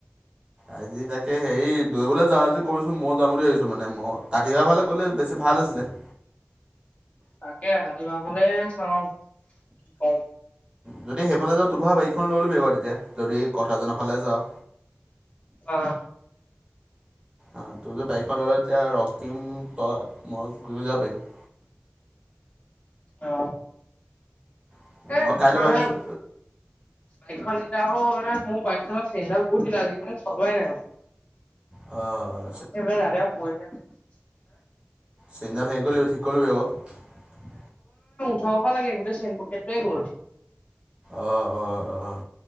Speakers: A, on the right (about 25°); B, on the left (about 35°).
A: আজি তাকে হেৰি দৌৰিবলৈ যাও আজি কবিছো মই যাম বুলি ভাবিছো মানে মই কাতিৱাৰ ফালে গ'লে বেছি ভাল আছিলে। <inaudible>
B: তাকে ৰাতিপুৱা ফালে চাও কি কওঁ
A: যদি সেইফালে যাও তোমাৰ বাইকখন লৈ ল'বি বাৰু তেতিয়া যদি কথা জনা ফালে যাও।
B: অ',
A: আহ, তোৰ যে বাইকখন ললে এতিয়া ৰক্তিম তই মই গুচ যাব পাৰিম। <inaudible>
B: অ,
A: পাৰিম
B: এ
A: মই কাইলৈ
B: মানে
A: ভাবিছোঁ
B: বাইকখন এতিয়াকৌ মানে মোৰ বাইকনৰ চেণ্ডদাল বহুত দিলা কিন্তু চলোৱাই নাই।
A: অহ ',
B: ত প ন <unintelligible>
A: চেইনডাল হেৰি কৰিবল ঠিক কৰিবলবি আকৌ।
B: ছশ লাগে গোটেই চেনপকটোৱে গ'ল।
A: অঁ অঁ অঁ